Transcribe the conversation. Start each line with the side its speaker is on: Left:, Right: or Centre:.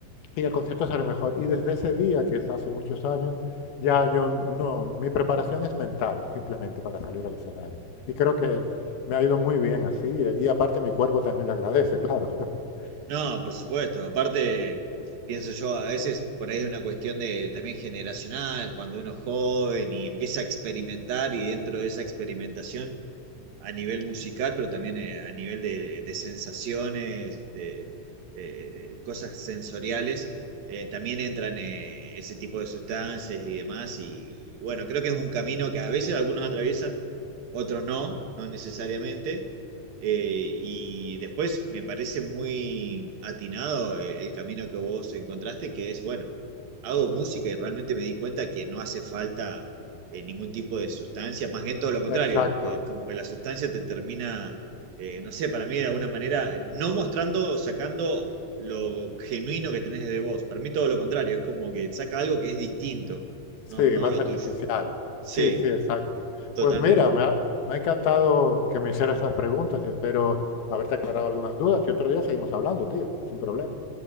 Left: y el concierto salió mejor. Y desde ese día, que es hace muchos años, ya yo no, mi preparación es mental, simplemente para salir al escenario. Y creo que me ha ido muy bien así. eh, Y aparte mi cuerpo también lo agradece, claro. <laughs>
Right: No, por supuesto. Aparte, pienso yo, a veces por ahí es una cuestión de también generacional, cuando uno es joven y empieza a experimentar y dentro de esa experimentación a nivel musical, pero también eh, a nivel de, de sensaciones, de eh, cosas sensoriales, eh, también entran eh, ese tipo de sustancias y demás. Y, bueno, creo que es un camino que a veces algunos atraviesan, otros no, no necesariamente. Eh, y después me parece muy atinado el, el camino que vos encontraste, que es, bueno, hago música y realmente me di cuenta que no hace falta eh, ningún tipo de sustancia, más bien todo lo contrario,
Left: Exacto.
Right: eh, como que la sustancia te termina, eh, no sé, para mí de alguna manera, no mostrando o sacando lo genuino que tenés de vos, para mí todo lo contrario, es como que saca algo que es distinto,
Left: Sí,
Right: no, no
Left: más
Right: lo
Left: artificial.
Right: tuyo. Sí,
Left: Sí, sí, exacto.
Right: totalmente.
Left: Pues mira, me ha, me ha encantado que me hicieras estas preguntas y espero haberte aclarado algunas dudas. Y otro día seguimos hablando, tío, sin problema.